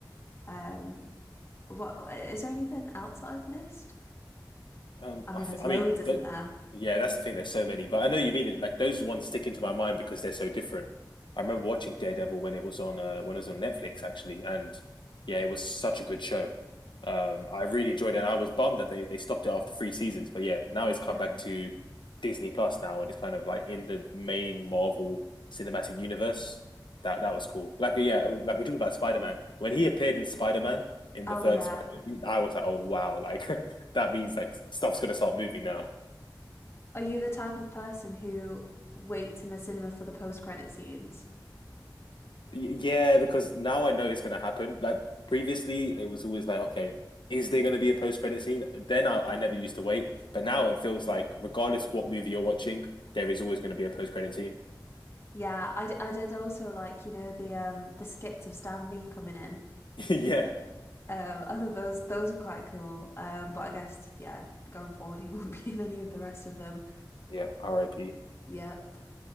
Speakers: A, on the left; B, on the left.
A: Um, what is there anything else that I've missed?
B: Um,
A: I mean,
B: I th
A: there's
B: I
A: loads,
B: mean,
A: isn't
B: th
A: there?
B: yeah, that's the thing. There's so many, but I know you mean it. Like those ones stick into my mind because they're so different. I remember watching Daredevil when it was on uh, when it was on Netflix actually, and yeah, it was such a good show. Um, I really enjoyed it, and I was bummed that they they stopped it after three seasons. But yeah, now
A: Yeah.
B: it's come back to Disney Plus now, and it's kind of like in the main Marvel cinematic universe. That that was cool. Like yeah, like we talked about Spider Man when he appeared in Spider Man in
A: Oh
B: the third
A: yeah.
B: Spider Man, I was like, oh wow, like <laughs> that means like stuff's gonna start moving now.
A: Are you the type of person who waits in the cinema for the post-credit scenes?
B: yeah, because now I know it's gonna happen. Like previously, it was always like, okay, is there gonna be a post credit scene? Then I, I never used to wait, but now it feels like regardless of what movie you're watching, there is always gonna be a post credit scene.
A: Yeah, I, d- I did also like, you know, the um the skits of Stan Lee coming in.
B: <laughs> yeah.
A: Um, I thought those those were quite cool. Um, but I guess yeah, going forward he won't <laughs> be in any of the rest of them.
B: Yep. R.I.P.
A: Yep.